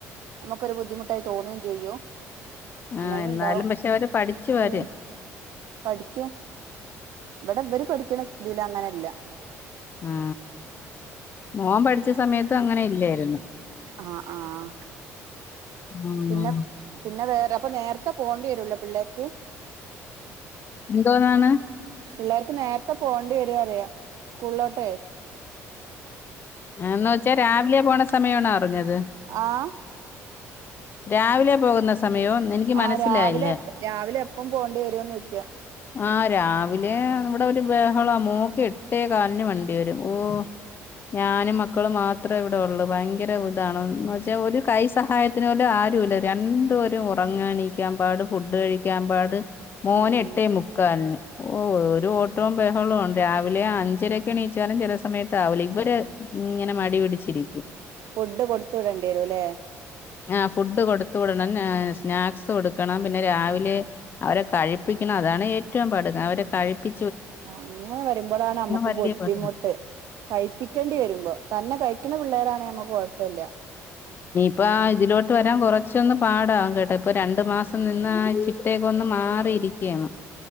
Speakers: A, on the right (about 65°); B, on the left (about 35°).
A: നമുക്കൊരു ബുദ്ധിമുട്ടായി തോന്നുകയും ചെയ്യും അങ്ങനെ
B: ആ എന്നാലും
A: ഉണ്ടാവും
B: പക്ഷെ അവര് പഠിച്ചു വരും
A: ഉം പഠിക്കും ഇവിടെവര് പഠിക്കുന്ന സ്കൂളിലെങ്ങനെല്ല
B: ആ മോൻ പഠിച്ച സമയത്ത് ഇത് അങ്ങനെ ഇല്ലായിരുന്നു
A: ആഹ് ആഹ്
B: ഉം.
A: പിന്നെ പിന്നെ വേറെ അപ്പോ നേരത്തെ പോണ്ടി വരുല്ല പിള്ളേർക്ക്
B: എന്തോന്നാണ്
A: പിള്ളേർക്ക് നേരത്തെ പോകേണ്ടി വരുറിയാം സ്കൂളിലോട്ടേ
B: ആന്ന് വെച്ചാ രാവിലെ പോണ സമയണോ അറിഞ്ഞത്
A: ആഹ്
B: രാവിലെ പോകുന്ന സമയോ? എനിക്ക്
A: ആ
B: മനസ്സിലായില്ല.
A: രാവിലെ എ രാവിലെ എപ്പം പോണ്ടി വരൂന്ന് ചോയ്ക്കാം
B: ആ രാവിലെ ഇവിടെ ഒരു ബഹളം മോക്ക് എട്ടേ കാലിന് വണ്ടി വരും ഓ ഞാനും മക്കളും മാ അത്ര ഇവിടെ ഉള്ളു ഭയങ്കര ഇതാണ്ന്ന് വെച്ചാൽ ഒരു കൈ സഹായത്തിന് പോലും ആരുംല്ല രണ്ടുപേരും ഉറങ്ങണിക്കാൻ പാട് ഫുഡ് കഴിക്കാൻ പാട് മോന്
A: ഉം
B: എട്ടേ മുക്കാലിന് ഓ ഒരു ഓട്ടോം ബഹളോം രാവിലെ അഞ്ചരക്കെ എണീച്ചാലും ചില സമയത്ത് ആവലെ അവര് ഇങ്ങനെ മടി പിടിച്ചിരിക്കും
A: ഫുഡ് കൊടുത്ത് വിടേണ്ടി വരുല്ലേ
B: ആ ഫുഡ് കൊടുത്തു വിടണം ന സ്നാക്സ് കൊടുക്കണം പിന്നെ രാവിലെ അവരെ കഴിപ്പിക്കണം അതാണ് ഏറ്റവും പാട് അവരെ കഴിപ്പി
A: അ അങ്ങനെ വരുമ്പഴാണ് നമ്മുക്ക്
B: വലിയ
A: ബുദ്ധിമുട്ട്
B: പാടില്ല
A: കഴപ്പിക്കേണ്ടി വരുമ്പോ തന്നെ കഴിക്കണ പിള്ളേരാണേ നമ്മക്ക് കൊഴപ്പല്ല
B: ഇപ്പ ഇതിലോട്ട് വരാൻ കുറച്ച് പച്ച ഒന്ന് പാടവാം കേട്ടാ ഇപ്പൊ രണ്ടു മാസം നിന്ന് ആ ചിട്ടേക്കൊന്ന് മാറിരിക്കുകയാണ്